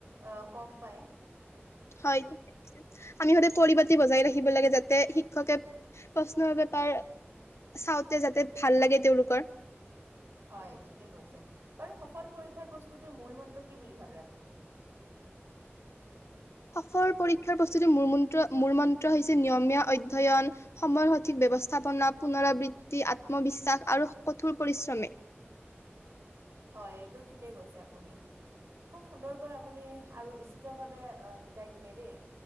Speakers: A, on the right; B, on the left.
A: আহ কম পায় ।
B: হয় ক আমি সদায় পৰিপাতি বজাই ৰাখি থাকিব যাতে শিক্ষকে প্ৰশ্ন পেপাৰ চাওতে যাতে ভাল লগে তেওঁলোকৰ
A: হয় ঠিকে কৈছে বাৰু সফল পৰীক্ষাৰ প্ৰস্তুতিৰ মূল মন্ত কি বুলি ভাৱে আপুনি ।
B: সফৰ পৰীক্ষাৰ প্ৰস্তুতিৰ ম মন্ত্ৰ মূল মন্ত্ৰ হৈছে নিয়মীয়া অধ্যয়ন সময়ৰ সঠিক ব্যৱস্থাপনা পুনৰাবৃত্তি আত্মবিশ্বাস আৰু কঠোৰ পৰিশ্ৰমে ।
A: হয় এইটো ঠিকেই কৈছে আপুনি খুব সুন্দৰকৈ আপুনি আৰু বিস্তিত ভাৱে বুজাই দিলে দেই